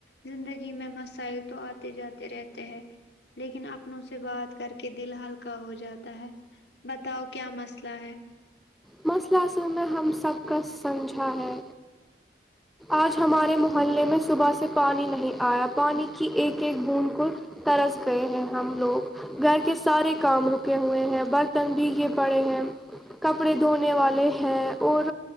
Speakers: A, on the left; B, in the centre.
A: زندگی میں مسائل تو آتے جاتے رہتے ہیں لیکن اپن سے سے بات کر کے دل ہلکا ہو جاتا ہے بتاؤ کیا مسئلہ ہے
B: مسئلہ میں ہم سب کا سمجھا ہے آج ہمارے محلے میں صبح سے پانی نہیں آیا پانی کی ایک ایک بون کو ترس گئے ہیں ہم لوگ گھر کے سارے کام رکے ہوئے ہیں برتن بھیے پڑے ہیں کپڑے دھونے والے ہیں اور